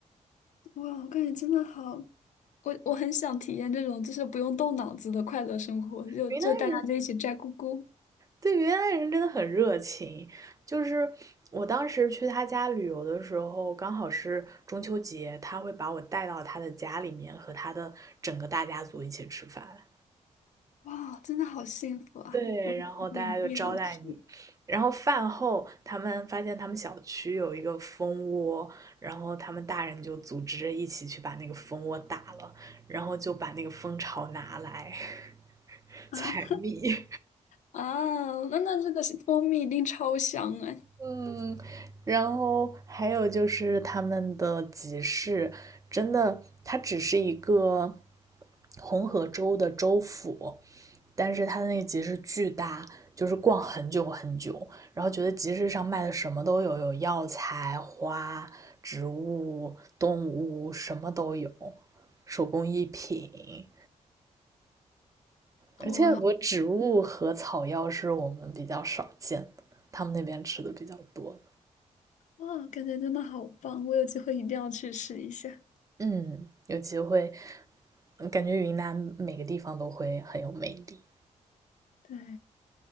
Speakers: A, on the left (about 75°); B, on the right (about 25°).
A: 哇，我感觉真的好，我我很想体验这种就是不用动脑子的快乐生活，就就带大家就一起摘菇菇。
B: 云南人对云南人真的很热情，就是我当时去他家旅游的时候，刚好是中秋节，他会把我带到他的家里面，和他的整个大家族一起吃饭。
A: 哇，真的好幸福啊！
B: 对，
A: 我我一定要吃
B: 然后大家就招待你，然后饭后他们发现他们小区有一个蜂窝，然后他们大人就组织着一起去把那个蜂窝打了，然后就把那个蜂巢拿来 <laughs>
A: 啊
B: 采蜜。
A: 啊！那那这个是蜂蜜一定超香哎！
B: 嗯，然后还有就是他们的集市，真的，它只是一个红河州的州府，但是它的那个集市巨大，就是逛很久很久，然后觉得集市上卖的什么都有，有药材、花、植物、动物，什么都有，手工艺品，而且我植物和草药是我们比较少见的，
A: 哇
B: 他们那边吃的比较多。
A: 哇，感觉真的好棒！我有机会一定要去试一下。
B: 嗯，有机会，嗯感觉云南每个地方都会很有魅力。
A: 对，